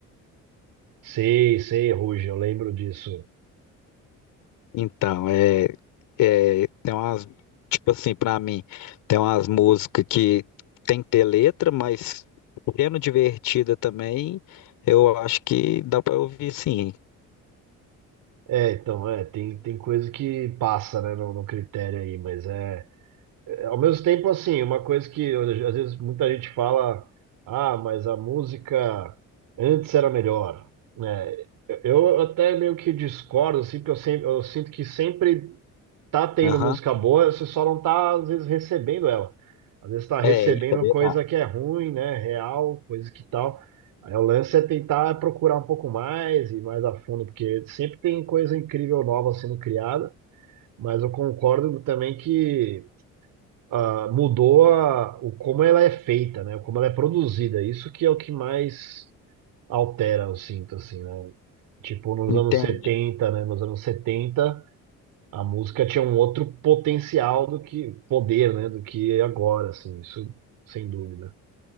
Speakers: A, on the right; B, on the left.
A: Sei, sei, Ruge, eu lembro disso.
B: Então, é, é, tem umas, tipo assim, pra mim, tem umas músicas que tem que ter letra, mas sendo divertida também, eu acho que dá pra ouvir sim.
A: É, então, é, tem, tem coisa que passa, né, no, no critério aí, mas é, é, ao mesmo tempo, assim, uma coisa que eu- às vezes muita gente fala, ah, mas a música antes era melhor, né, eu eu até meio que discordo, assim, porque eu, sempre, eu sinto que sempre tá tendo
B: Aham.
A: música boa, você só não tá, às vezes, recebendo ela. Às vezes tá recebendo
B: É, isso é verdade.
A: coisa que é ruim, né? Real, coisa que tal. Aí o lance é tentar procurar um pouco mais e mais a fundo, porque sempre tem coisa incrível nova sendo criada, mas eu concordo também que ah, mudou a- o como ela é feita, né? Como ela é produzida. Isso que é o que mais altera, eu sinto, assim, né? Tipo, nos
B: Entende?
A: anos setenta né? Nos anos 70 a música tinha um outro potencial do que poder, né? Do que agora, assim, isso sem dúvida.